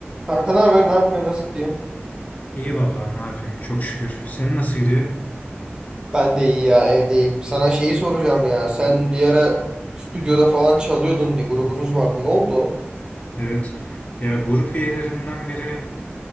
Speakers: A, on the right; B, on the left.
A: Kanka ne haber? Ne yapıyorsun? Nasıl gidiyor?
B: İyi vallahi ne yapayım çok şükür. Senin nasıl gidiyor?
A: Ben de iyi ya evdeyim. Sana şeyi soracağım ya. Sen bir ara stüdyoda falan çalıyordun. Bir grubunuz vardı. Ne oldu? o?
B: Evet. Ya grup üyelerinden biri